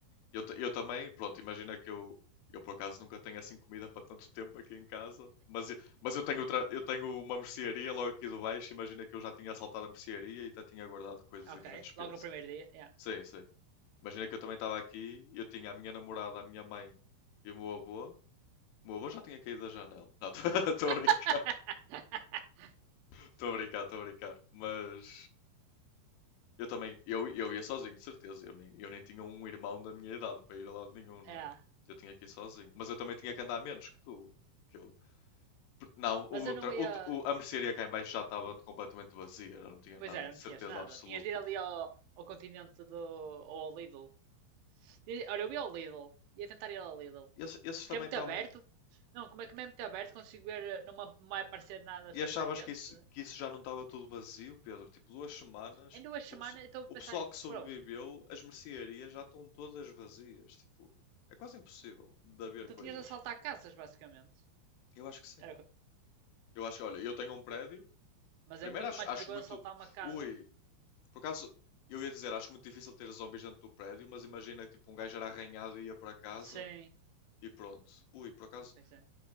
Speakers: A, on the left; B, on the right.
A: Eu, ta- eu também, pronto, imagina que eu. Eu por acaso nunca tenho assim comida para tanto tempo aqui em casa, mas, eu- mas eu tenho outra, eu tenho uma mercearia logo aqui de baixo. Imagina que eu já tinha assaltado a mercearia e até tinha guardado coisas
B: Ok.
A: aqui na despensa.
B: Logo no primeiro dia. Yeah.
A: Sim, sim. Imagina que eu também estava aqui, eu tinha a minha namorada, a minha mãe e o meu avô, o meu avô já tinha caído da janela. Não, estou <laughs> a brincar,
B: <laughs>
A: estou a brincar, estou a brincar. Mas eu também, eu, eu ia sozinho, de certeza. Eu nem, eu nem tinha um irmão da minha idade para ir a lado nenhum, não
B: É.
A: é? Eu tinha que ir sozinho. Mas eu também tinha que andar menos que tu. Que eu... Não,
B: Mas
A: o,
B: eu não
A: tra-
B: ia.
A: o, o- a mercearia cá em baixo já estava completamente vazia, já não tinha
B: Pois
A: nada,
B: é,
A: de
B: não
A: certeza
B: tinhas nada.
A: absoluta.
B: Tinhas de ir ali ao, ao continente do. ou ao Lidl. Tinha- Olha, eu ia ao Lidl. Ia tentar ir ao Lidl.
A: Esse- esses
B: Porque
A: também
B: é muito
A: estavam,
B: aberto. Não, como é que é muito aberto? Consigo ver. eh, Não me não vai parecer nada
A: E achavas
B: surpreendente.
A: que isso,
B: estás a ver?
A: que isso já não estava tudo vazio, Pedro? Tipo, duas semanas,
B: Em duas
A: o,
B: semanas
A: pesso-
B: eu estou a
A: o
B: pensar
A: pessoal
B: em.
A: que sobreviveu,
B: Bro,
A: as mercearias já estão todas vazias. Tipo, é quase impossível de haver
B: então
A: coisas.
B: tinhas de assaltar casas, basicamente.
A: Eu acho que sim.
B: Era o que-
A: Eu acho que, olha, eu tenho um prédio.
B: Mas
A: Primeiro
B: é muito
A: acho,
B: mais
A: acho
B: perigoso
A: muito.
B: assaltar uma casa.
A: Ui, por acaso, eu ia dizer, acho muito difícil ter zombies dentro do prédio, mas imagina que tipo, um gajo era arranhado e ia para casa
B: Sim,
A: e pronto. Ui, por acaso.
B: pois é.